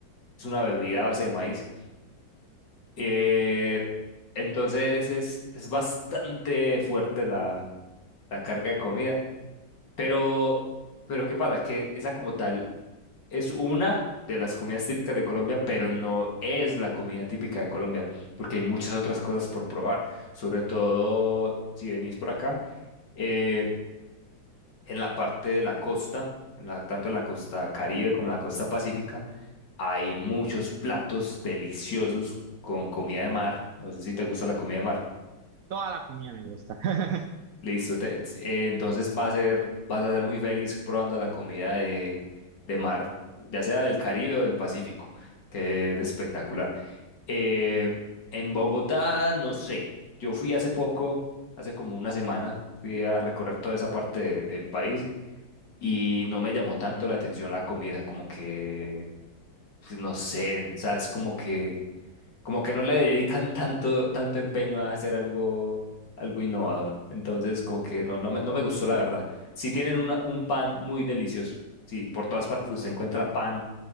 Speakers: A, on the left (about 60°); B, on the right (about 80°).
A: es una bebida a base de maíz. Eh, entonces es, es bastante fuerte la, la carga de comida. Pero, pero ¿qué pasa? Que esa como tal es una de las comidas típicas de Colombia, pero no es la comida típica de Colombia, porque hay muchas otras cosas por probar, sobre todo si venís por acá, eh, en la parte de la costa, en la- tanto en la costa Caribe como en la costa Pacífica, hay muchos platos deliciosos con comida de mar. No sé si te gusta la comida de mar.
B: toda la comida me gusta. <laughs>
A: Listo, te- ts- eh, entonces va a ser, vas a ser muy feliz probando la comida de, de mar, ya sea del Caribe o del Pacífico, que es espectacular. Eh, en Bogotá, no sé, yo fui hace poco, hace como una semana, fui a recorrer toda esa parte de- del país y no me llamó tanto la atención la comida, como que, pues, no sé, o sea, es como que como que no le dedican tanto, tanto empeño a hacer algo, algo innovador. Entonces, como que no, no me, no me gustó la verdad. Sí tienen una, un pan muy delicioso. Sí, por todas partes se encuentra pan